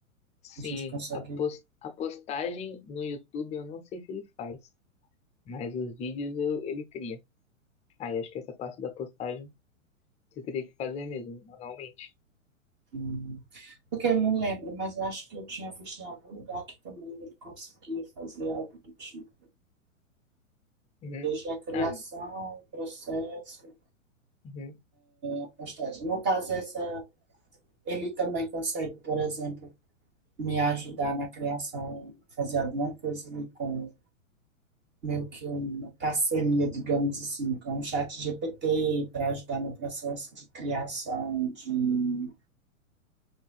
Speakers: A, on the left; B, on the right.
A: Sim,
B: a gente consegue.
A: a, pos- a postagem no YouTube eu não sei se ele faz, mas os vídeos eu- ele cria. Aí acho que essa parte da postagem você teria que fazer mesmo, manualmente.
B: hum, Porque eu não lembro, mas eu acho que eu tinha visto em algum lugar que também ele conseguia fazer algo do tipo.
A: Uhum.
B: Desde a criação,
A: Ah,
B: o processo,
A: uhum.
B: a postagem. No caso, essa, ele também consegue, por exemplo, me ajudar na criação, fazer alguma coisa ali com meio que uma parceria, digamos assim, com o chat GPT para ajudar no processo de criação de,